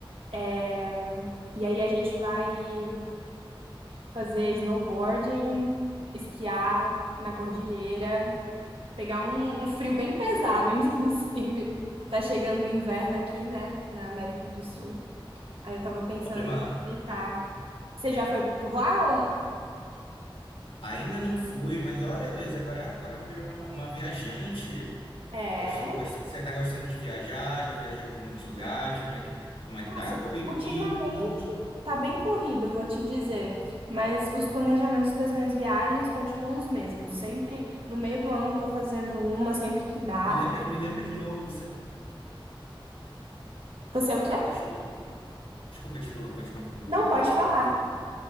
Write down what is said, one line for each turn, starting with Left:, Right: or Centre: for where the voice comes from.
Right: É, e aí a gente vai fazer snowboarding, esquiar na cordilheira. Pegar um, um frio bem pesado, <laughs> inclusive. Tá chegando o inverno aqui, né? Na América do Sul. Aí eu tava pensando
Left: Olha, mano,
Right: em aproveitar. Você já foi por lá ou não?
Left: ainda não fui, mas olha, Luísa, agora, agora virou uma, uma viajante.
Right: É,
Left: Gostou, gostou, você está gostando de viajar? Já viajou por muitos lugares? Como é que, como é
Right: nossa,
Left: que tá? Pô, E,
Right: ultimamente
Left: e, hum,
Right: tá bem corrido, vou te dizer. Mas os planejamentos das minhas viagens continuam os mesmos. Sempre no meio do ano tô fazendo uma, sempre que dá.
Left: me lembra, me lembra de novo você.
Right: Você é o quê?
Left: Ah, tá, desculpa. Desculpa, desculpa, pode continuar,
Right: Não
Left: perdão.
Right: pode falar.